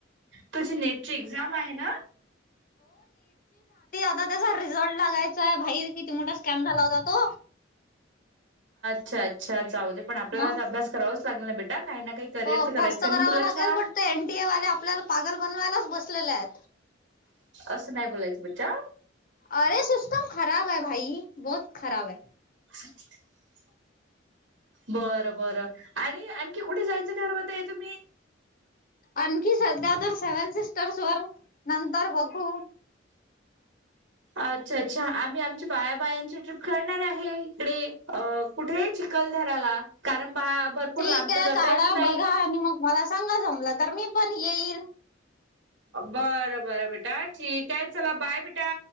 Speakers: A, on the right (about 75°); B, on the left (about 45°).
A: तुझें नेट ची एक्झाम आहे ना.
B: दादा चा रिझल्ट लागायचा आहे भाई किती मोठा स्कॅम झाला. तो.
A: अच्छा अच्छ चाऊ दे पण आपल्याला
B: मग
A: आ अभ्यासरांच लागल ना बेटा. काही ना काही करिअर
B: हो अभ्यास
A: करायचं
B: तर
A: आणि
B: करावा
A: तुला
B: लागेल
A: छान
B: बेटा ते एनटीए वाले आपल्याला पागल बनवायलाच बसलेले आहेत. <inaudible>
A: असं नाही. बोलायचं बच्चा
B: अरे सिस्टम खराब है भाई बहुत खराब ह.
A: असं. बरं बरं आणि आणखी कुठे जायचं ठरवत आहे तुम्ही.
B: आणखी सध्या तर सेव्हन सिस्टर्स वर नंतर बघू.
A: अच्छा अच्छा आम्ही आमच्या बायाबायांची ट्रीप करणार आहे. इकडे. कुठे चिखलदराला कारण बा भरपूर
B: ठीक
A: लांब तर
B: आहे
A: जाता
B: काढा
A: येत नाही
B: बघा आणि मग मला सांगा जमलं तर मी. पण येईल.
A: बरं बरं बेटा ठीक आहे चला बाय बेटा.